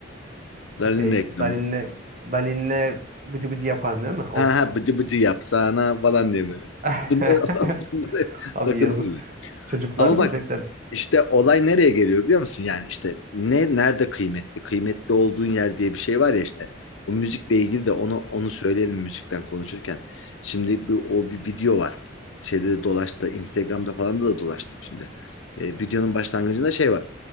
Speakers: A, on the left; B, on the right.
A: Dalin
B: Şey,
A: reklamı.
B: Dalin'le Dalin'le bıcı bıcı yaparım değil mi? O
A: Ha
B: kısım.
A: ha bıcı bıcı yapsana falan diye böyle.
B: <laughs>
A: <laughs> Bunlar, bunlar
B: Abi
A: takıntılı.
B: yazık. Çocuklar
A: Ama
B: gerçekten.
A: bak işte olay nereye geliyor biliyor musun? Yani işte ne nerede kıymetli? Kıymetli olduğun yer diye bir şey var ya işte. Bu müzikle ilgili de onu onu söyleyelim müzikten konuşurken. Şimdi bu o bir video var. Şeyde de dolaştı. Instagram'da falan da, da dolaştım şimdi. Ee, videonun başlangıcında şey var.